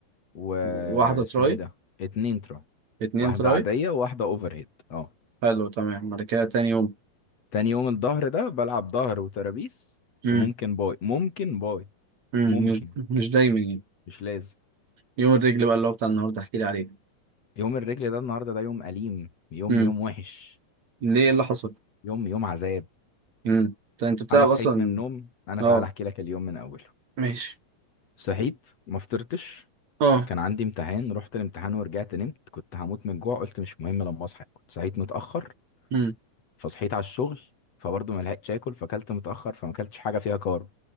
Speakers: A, on the left; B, on the right.
A: واسمه
B: واحدة تراي
A: ايه ده اتنين تراي
B: اتنين
A: واحدة
B: تراي
A: عادية وواحدة اوفر هيد اه
B: حلو تمام بعد كده تاني يوم
A: تاني يوم الظهر ده بلعب ظهر وترابيس
B: امم
A: وممكن باي ممكن باي
B: امم
A: ممكن
B: مش مش دايما يعني
A: مش لازم
B: يوم الرجل بقى اللي هو بتاع النهارده احكي لي عليه
A: يوم الرجل ده النهارده ده يوم أليم يوم
B: امم
A: يوم وحش
B: ليه إيه اللي حصل
A: يوم يوم عذاب
B: امم انت بتلعب
A: أنا صحيت
B: اصلا
A: من النوم أنا
B: اه
A: تعالى أحكي لك اليوم من أوله
B: ماشي
A: صحيت ما فطرتش
B: اه
A: كان عندي امتحان رحت الامتحان ورجعت نمت كنت هموت من الجوع قلت مش مهم لما أصحى كنت صحيت متأخر
B: امم
A: فصحيت على الشغل فبرضه ما لحقتش آكل فأكلت متأخر فما أكلتش حاجة فيها كارب